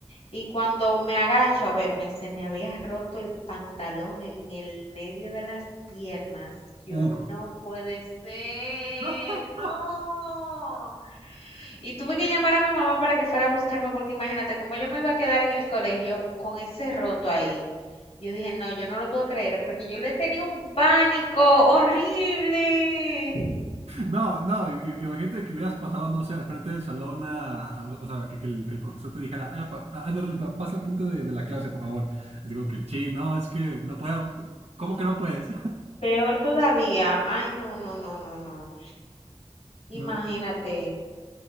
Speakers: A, on the left; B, on the right.
A: Y cuando me agacho a verme, se me había roto el pantalón en el medio de las piernas. Yo
B: ¡Uf!
A: no puede ser,
B: <laughs>
A: no. Y tuve que llamar a mi mamá para que fuera a buscarme porque imagínate cómo yo me iba a quedar en el colegio con ese roto ahí. Yo dije, no, yo no lo puedo creer porque yo le tenía un pánico horrible.
B: No, no, i- i- imagínate que hubieras pasado, no sé, al frente del salón, a- a- o sea, que, que el, que el profesor te dijera, ah, pa- pa- Anderly, pa- pasa al frente de, de la clase, por favor. Digo que, sí, no, es que no puedo. C- ¿Cómo que no puedes?
A: Peor todavía. Ay, no, no, no, no, no.
B: <laughs>
A: Imagínate.